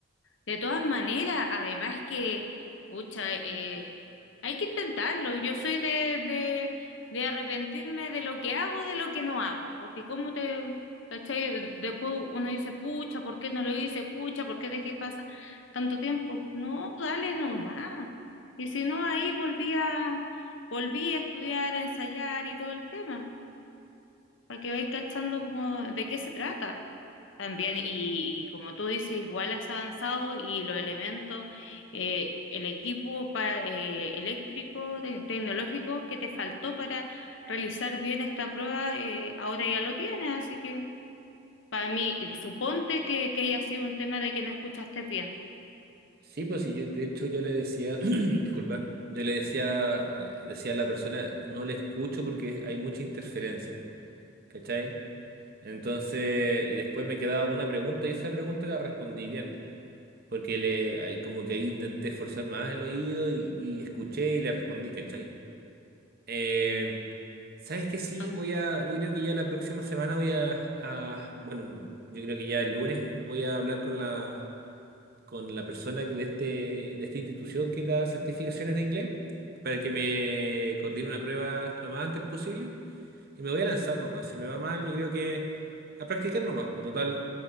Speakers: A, on the left (about 65°); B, on the right (about 50°).
A: De todas maneras, además que, pucha, eh, hay que intentarlo. Yo soy de, de, de arrepentirme de lo que hago, de lo que no hago, porque como te, ¿cachai? Después uno dice, pucha, ¿por qué no lo hice? Pucha, ¿por qué dejé pasar tanto tiempo? No, dale nomás. Y si no, ahí volví a, volví a estudiar, a ensayar y todo el tema para que vais cachando como de qué se trata también. Y, y como tú dices, igual has avanzado y los elementos, eh, el equipo pa- eh, eléctrico, te- tecnológico que te faltó para realizar bien esta prueba, eh, ahora ya lo tienes. Así que para mí, suponte que, que haya sido un tema de que no escuchaste bien.
B: Sí, pues sí, yo, de hecho yo le decía, <clears throat> disculpa, yo le decía a la, decía a la persona, no le escucho porque hay mucha interferencia, ¿cachai? Entonces, y después me quedaba una pregunta y esa pregunta la respondí bien, porque le, ahí como que ahí intenté esforzar más el oído y, y escuché y le respondí, ¿cachai? Eh, ¿sabes qué? Sí,
A: No.
B: voy a, yo creo que ya la próxima semana voy a, a- bueno, yo creo que ya el lunes voy a hablar con la, con la persona que de este, de esta institución que da certificaciones de inglés para que me coordine una prueba lo más antes posible y me voy a lanzar nomás. Si me va mal, yo creo que a practicar nomás, pues total,